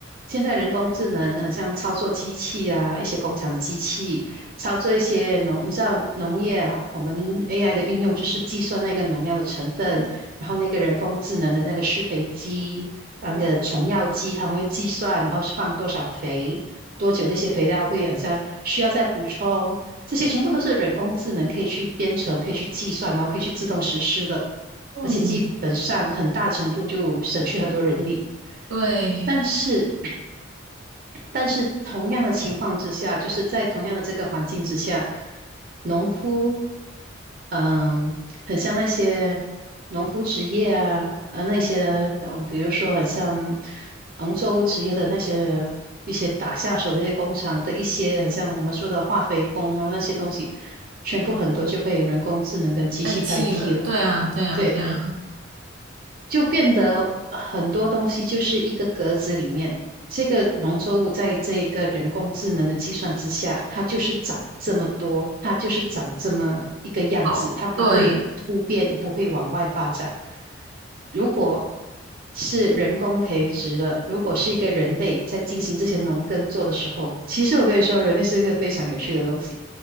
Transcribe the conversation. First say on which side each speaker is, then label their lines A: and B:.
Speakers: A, on the right; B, on the right.
A: 现在人工智能好像操作机器啊，一些工厂的机器，操作一些农，你知道农业啊，我们 AI 的运用就是计算那个农药的成分，然后那个人工智能的那个施肥机，啊那个虫药机，他们会计算，然后是放多少肥，多久这些肥料会好像需要再补充，这些全部都是人工智能可以去编程、可以去计算，然后可以去自动实施的。
B: 嗯。
A: 而且基本上很大程度就省去很多人力。
B: 对，
A: 但是，但是同样的情况之下，就是在同样的这个环境之下，农夫，嗯，很像那些农夫职业啊，呃，那些，嗯，比如说很像农作物职业的那些一些打下手的一些工厂的一些，很像我们说的化肥工啊那些东西，全部很多就被人工智能跟机器代替了。
B: 代替了，对啊，对啊，
A: 对。
B: 对啊，
A: 就变得很多东西就是一个格子里面，这个农作物在这个人工智能的计算之下，它就是长这么多，它就是长这么一个样子，
B: 好，
A: 它不会突变，
B: 对，
A: 不会往外发展。如果是人工培植的，如果是一个人类在进行这些农耕做的时候，其实我跟你说，人类是一个非常有趣的东西。